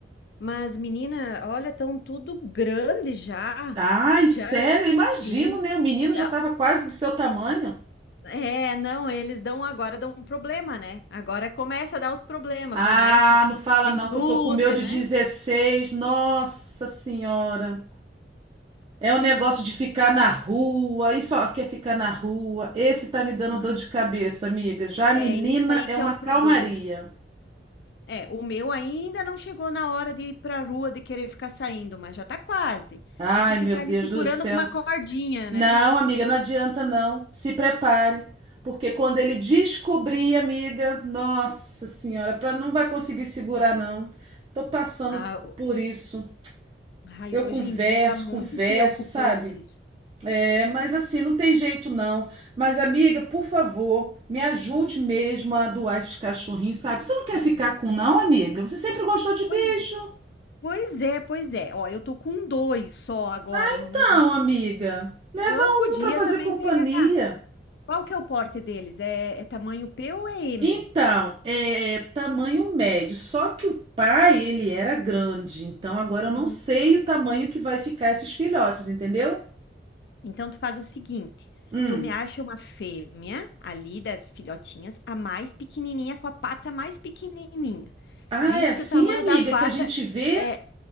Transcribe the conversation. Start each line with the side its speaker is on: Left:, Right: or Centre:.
Left: Mas, menina, olha, estão tudo grande já.
Right: Ai,
Left: Já,
Right: sério, eu imagino,
Left: sim.
Right: né? O menino
Left: Tá-
Right: já estava quase do seu tamanho.
Left: É, é, não, eles dão agora dão um problema, né? Agora começa a dar os problemas,
Right: Ah,
Left: começa a
Right: não fala
Left: juventude,
Right: não, que eu tô com o meu de
Left: né?
Right: 16. Nossa Senhora. É o negócio de ficar na rua, e só quer ficar na rua. Esse tá me dando
Left: Né?
Right: dor de cabeça, amiga. Já a menina
Left: É isso aí
Right: é
Left: que
Right: uma
Left: é o
Right: calmaria.
Left: problema. É, o meu ainda não chegou na hora de ir para a rua, de querer ficar saindo, mas já tá quase.
Right: Ai,
Left: Tem que ficar
Right: meu Deus
Left: ali segurando
Right: do céu.
Left: com uma cordinha,
Right: Não,
Left: né?
Right: amiga, não adianta não. Se prepare, porque quando ele descobrir, amiga, nossa senhora, para não vai conseguir segurar não. Tô passando
Left: Ah,
Right: por isso.
Left: Ai,
Right: Eu
Left: hoje
Right: converso,
Left: em dia está muito
Right: converso,
Left: preocupante
Right: sabe?
Left: isso.
Right: É, mas assim, não tem jeito não. Mas, amiga, por favor, me ajude mesmo a doar esses cachorrinhos, sabe? Você não quer
Left: Uhum.
Right: ficar com, não, amiga? Você sempre gostou de bicho?
Left: Pois, pois é, pois é. Ó, eu tô com dois só agora
Right: Então,
Left: no momento.
Right: amiga, leva
Left: Eu
Right: um
Left: podia
Right: para fazer
Left: também
Right: companhia.
Left: pegar. Qual que é o porte deles? É, é tamanho P ou é M?
Right: Então, é é tamanho médio. Só que o pai, ele era grande. Então, agora eu não
Left: Uhum.
Right: sei o tamanho que vai ficar esses filhotes, entendeu?
Left: Então tu faz o seguinte,
Right: Hum.
Left: tu me acha uma fêmea ali das filhotinhas, a mais pequenininha com a pata mais pequenininha.
Right: Ah,
Left: Diz
Right: é assim,
Left: que o tamanho
Right: amiga,
Left: da pata
Right: que a gente vê?
Left: é